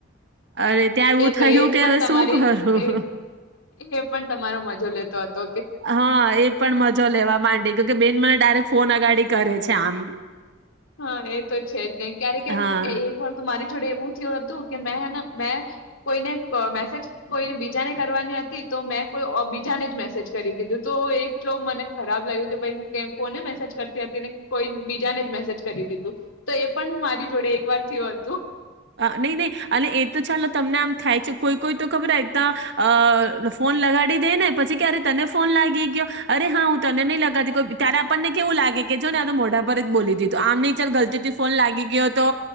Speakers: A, on the right; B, on the left.
A: અરે ત્યાં એવું
B: એ તો
A: થયું
B: એજ
A: કે
B: પણ
A: હવે
B: તમારી
A: શું કરું
B: એ એ પણ તમારો મજો લેતો અતો.
A: હા, એ પણ મજો લેવા માંડી ગ્યો કે બેન મને ડાયરેક્ટ ફોન અગાડી કરે છે આમ
B: હા, એ તો છે જ ને, ક્યારે ક્યારે
A: હા
B: તો એ એક વાર તો મારી જોડે એવું થ્યુ હતું કે મેં હેન <unintelligible> મેં કોઈને ક મેસ સેજ કોઈને બીજા ને કરવાની અતી તો મેં કોઈ ઓ બીજાને જ મેસેજ કરી દીધું. તો એક એટલો મને ખરાબ લાય્ગુ કે ભાઈ હું તે કોને મેસેજ કરતી હતી ને કોઈ બીજાને જ મેસેજ કરી દીધું. તો એ પણ મારી જોડે એક વાર તે હતું.
A: આ નહી નહી અને એ તો ચાલો તમને આમ થાય છે. કોઈ કોઈ તો ખબર ત અ ફોન લગાડી દે ને પછી કેરે તને ફોન લાગી ગયો અરે હા હું તને નહી લગાતી ત્યારે આપણને કેવું લાગે કે જો ને આ તો મોઢા પર જ બોલી દીધું. આમ નહી ચાલ ગલતીથી ફોન લાગી ગયો તો